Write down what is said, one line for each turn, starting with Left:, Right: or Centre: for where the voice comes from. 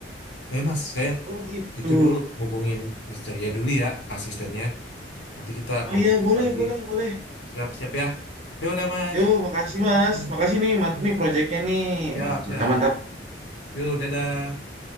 Left: Eh mas saya
Right: Oh gitu.
Left: itu dulu ngubungin Mister ya dulu ya asistennya nanti kita
Right: Oh
Left: ngomong
Right: iya boleh
Left: lagi
Right: boleh boleh.
Left: siap-siap ya. Ya udah mas.
Right: Yo makasih
Left: Yuk,
Right: mas, makasih nih mantap
Left: Siap
Right: nih proyeknya nih
Left: siap.
Right: mantap
Left: Siap.
Right: mantap. mantap.
Left: Yuk dadah.